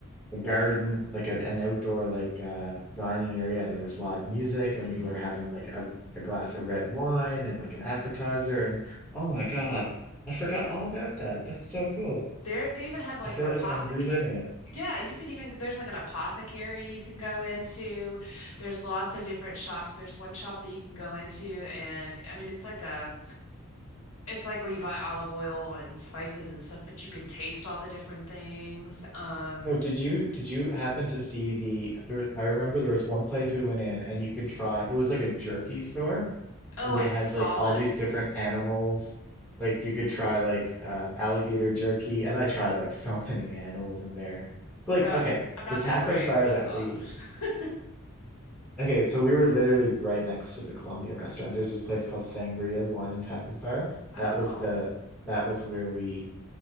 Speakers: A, in the centre; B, on the left.
A: a garden, like a, an outdoor like uh dining area and there was live music and
B: Mm-hmm.
A: we were having like a, a glass of red wine and like an appetizer and oh my God, I forgot all about that. That's so cool.
B: There, they even have like
A: I feel
B: an apothecary.
A: like I'm reliving it.
B: Yeah, you can even, there's like an apothecary you can go into. There's lots of different shops. There's one shop that you can go into, and I mean, it's like a, it's like where you buy olive oil and spices and stuff, but you can taste all the different things. Um,
A: Oh, did you did you happen to see the there, I remember there was one place we went in and you could try it was like a jerky store
B: oh,
A: and
B: I
A: they had
B: saw
A: like all
B: it.
A: these different animals. Like you could try like uh, alligator jerky, and I tried like so <laughs> many animals in there. Like
B: No,
A: okay,
B: I'm not
A: the tapas
B: that brave,
A: bar
B: but I
A: that
B: saw
A: we
B: it. <laughs>
A: okay, so we were literally right next to the Colombian restaurant. There's this place called Sangria's Wine and Tapas Bar.
B: Oh,
A: That was the that was where we